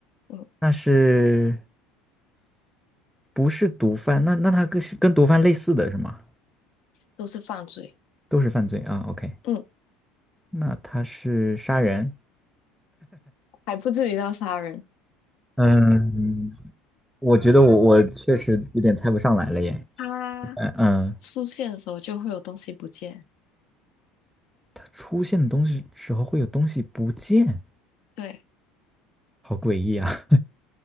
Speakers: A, on the left; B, in the centre.
A: 嗯，
B: 那是不是毒贩？那那他跟是跟毒贩类似的是吗？
A: 都是犯罪，
B: 都是犯罪啊。OK，
A: 嗯，
B: 那他是杀人？
A: 还不至于到杀人。
B: 嗯，我觉得我我确实有点猜不上来了耶。
A: 他
B: 嗯嗯，
A: 出现的时候就会有东西不见，
B: 他出现的东西时候会有东西不见，
A: 对
B: 好诡异啊！<laughs>